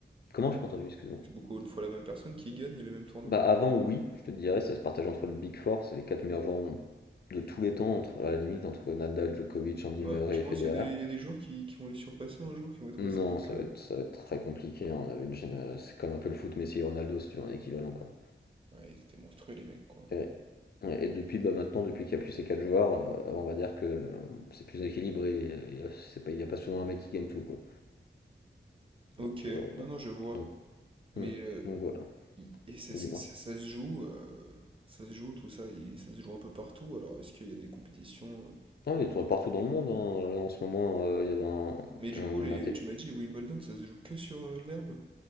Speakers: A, on the left (about 55°); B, on the right (about 25°).
A: Comment je pas entendu, excuse-moi.
B: c'est beaucoup de fois la même personne qui gagne les mêmes tournois?
A: Bah, avant, oui, je te dirais, ça se partage entre le Big Four, c'est les quatre meilleurs joueurs de tous les temps, entre, à la limite, entre Nadal, Djokovic, Andy
B: Ouais,
A: Murray
B: tu
A: et
B: penses
A: Federer.
B: qu'il y a des, il y a des joueurs qui, qui vont les surpasser un jour, qui vont être
A: Non,
B: aussi bons
A: ça
B: qu'eux?
A: va être, ça va être très compliqué. hein. On avait une gêne- C'est comme un peu le foot Messi et Ronaldo, si tu veux, en équivalent, quoi.
B: Ouais, ils étaient monstrueux les mecs quoi.
A: Et, ouais, et depuis, bah maintenant, depuis qu'il n'y a plus ces quatre joueurs, euh, on va dire que euh, c'est plus équilibré. Il n'y a, c'est pas- il y a pas souvent un mec qui gagne tout, quoi.
B: Ok,
A: Donc, euh, donc,
B: non, non, je vois.
A: donc,
B: Mais
A: hmm,
B: euh,
A: donc voilà,
B: i- et c'est-
A: dis-moi.
B: c'est- ça se joue, euh, ça se joue tout ça, il- ça se joue un peu partout. Alors est-ce qu'il y a des compétitions? euh
A: Ah, il tourne partout dans le monde. hein. Là, en ce moment, euh, il y avait un,
B: Mais du
A: un
B: coup, les,
A: ATP.
B: tu m'as dit Wimbledon, ça se joue que sur euh, l'herbe?